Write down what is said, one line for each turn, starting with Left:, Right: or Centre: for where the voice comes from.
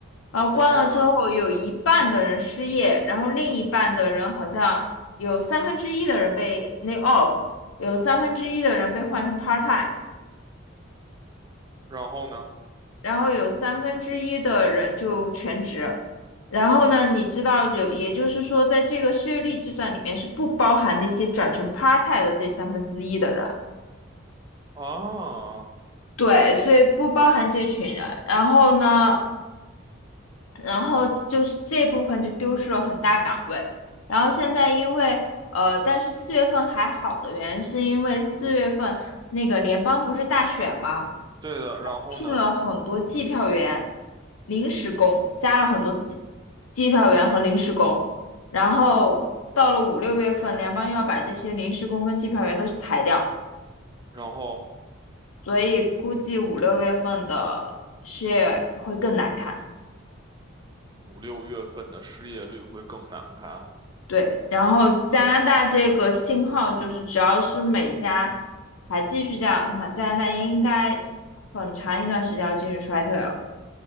Left: 然后关了之后有一半的人失业，
Right: 然后呢，
Left: 然后另一半的人好像有三分之一的人被 lay off，有三分之一的人被换成 part time。
Right: 然后呢，
Left: 然后有三分之一的人就全职。然后呢，你知道有，也就是说，在这个失业率计算里面是不包含那些转成 part time 的这三分之一的人，
Right: 啊，
Left: 对，所以不包含这群人。然后呢，然后就是这部分就丢失了很大岗位。然后现在因为呃，但是四月份还好的原因是因为四月份那个联邦不是大选吗？
Right: 对的，然后呢，
Left: 聘了很多计票员、临时工，加了很多计计票员和临时工。然后到了五六月份，联邦又要把这些临时工跟计票员都裁掉，
Right: 然后。
Left: 所以估计五六月份的失业会更难看。
Right: 五六月份的失业率会更难看啊。
Left: 对，然后加拿大这个信号就是，只要是美加还继续这样的话，加拿大应该很长一段时间要进入衰退了。